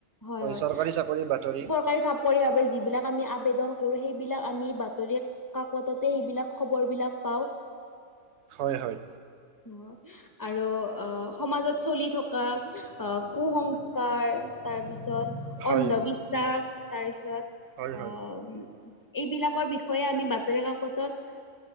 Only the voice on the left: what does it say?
হয়, হয়,
চৰকাৰী চা <unintelligible> বাবে যিবিলাক আমি আবেদন কৰো, সেইবিলাক আমি বাতৰিক কাকততে সেইবিলাক খবৰবিলাক পাওঁ।
<unintelligible> আৰু আহ সমাজত চলি থকা কুসংস্কাৰ তাৰপিছত,
অন্ধবিশ্বাস তাৰপিছত
অ' এইবিলাকৰ বিষয়ে আমি বাতৰি কাকতত